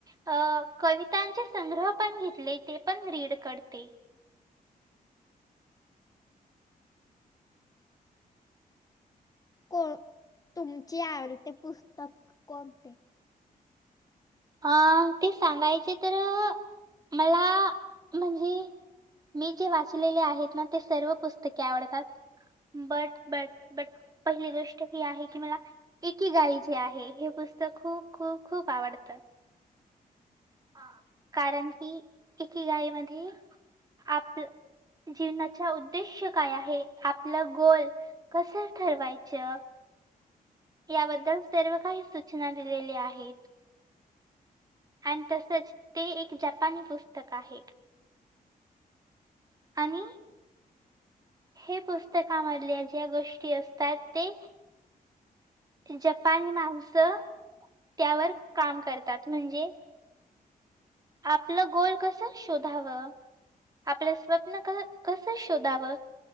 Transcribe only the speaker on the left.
को तुमची आवडते पुस्तक कोणते